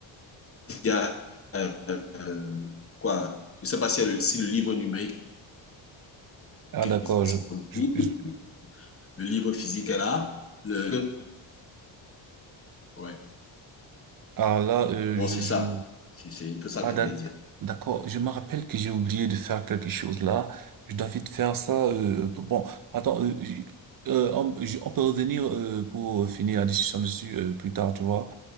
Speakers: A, on the left (about 30°); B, on the right (about 45°).
A: y a, euh, quoi, je sais pas si, le, si le livre numérique
B: Ah,
A: est
B: d'accord, je,
A: disponible,
B: je, je-
A: le livre physique est là. Le... Ouais.
B: Ah là, euh,
A: Donc,
B: je,
A: c'est ça.
B: je...
A: C'est un peu ça
B: Ah
A: que je
B: d'ac-
A: voulais dire.
B: d'accord, je me rappelle que j'ai oublié de faire quelque chose là. Je dois vite faire ça. euh, Bon, attends, euh, j- euh, on, j- on peut revenir euh, pour finir la discussion dessus euh, plus tard, tu vois.